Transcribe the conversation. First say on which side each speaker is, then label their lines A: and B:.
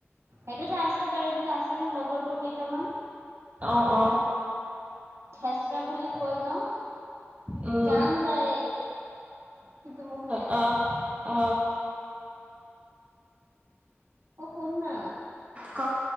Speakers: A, on the right; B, on the right.
A: সেইটোতো আছে পাৰি কিন্তু আছে ন লগৰবোৰ কেইটামান।
B: অ, অ,
A: খেচৰা বুলি কইন
B: উম
A: জান যায়। কিন্তু মোক নেৰে
B: অ, অ, অ,
A: অ শোন না
B: ক,